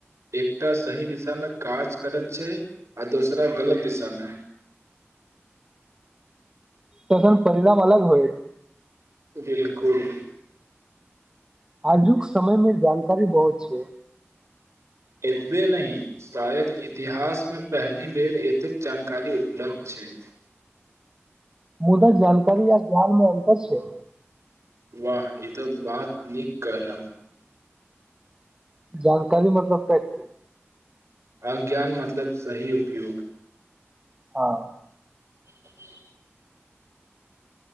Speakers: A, on the right; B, on the right.
A: एकटा सही दिशामे काज करैत छै आ दोसरा गलत दिशामे
B: तखन परिणाम अलग होएत
A: बिलकुल
B: आजुक समय मे जानकारी बहुत छै
A: एतबे नहि शायद इतिहासमे पहिल बेर एतेक जानकारी उपलब्ध छै
B: मुदा जानकारी आ ज्ञानमे अन्तर छै
A: वाह ई तऽ बात निक कहलौं
B: जानकारी मतलब ताकिके
A: अज्ञान मतलब सही उपयोग
B: हँ
A: <inaudible>